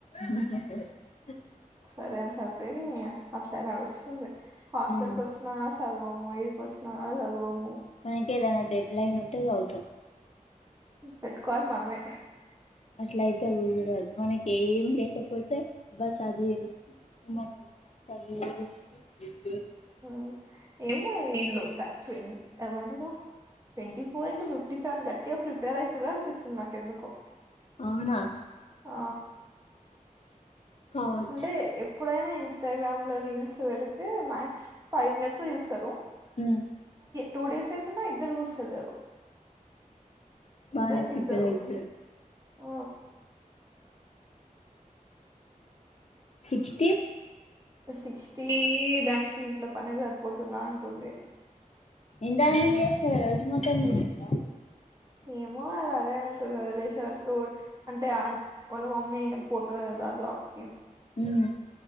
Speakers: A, on the left; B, on the right.
A: మ్ హు మ్
B: సరే అని సప్పి అట్లే నడుస్తుంది హాస్టల్కి
A: మ్మ్
B: వచ్చిన చదువము ఎడికొచ్చిన చదువము
A: మనకేదైనా డెడ్లైన్ ఉంటే చదువుతం
B: పెట్టుకోవాలి మనమే
A: అట్లా అయితేకుదురద్ మనక్ ఏం లేకపోతే అబ్బా చదివేందుకు ఏమన్న ఉన్నాయ చదివేది అంటే
B: మ్ ఏమొ వీళ్ళు త్ ట్వ ఏమంటారు twenty four into fifty seven గట్టిగ ప్రిపేర్ అయితుార్రు అనిపిస్తుంది నాకు ఎందుకో
A: అవునా
B: ఆ
A: కావచ్
B: అంటే ఎప్పుడైనా ఇన్స్టాగ్రామ్ లో రీల్స్ పెడితే మక్స్ ఫైవ్ మినిట్స్ లో చుస్ తరు
A: మ్మ్
B: టూ డేస్ అయితున్న ఇద్దరు చూస్తలేరు
A: బానే
B: ఇద్దరికి
A: ప్రిపేర్
B: ఇద్దరు
A: అయితునరూ
B: ఆ
A: సిక్స్టీ
B: సిక్స్టీ దానికి ఇంట్లో పనే సరిపోతున్నా అంటుంది
A: ఎంతగనం చేస్తారు రోజు మొత్తం చేస్తారా
B: ఏమో అది అదే అంటుంది అది లేసే వరకు అంటే వాళ్ళ మమ్మీ పోతది కద జబ్కి
A: మ్మ్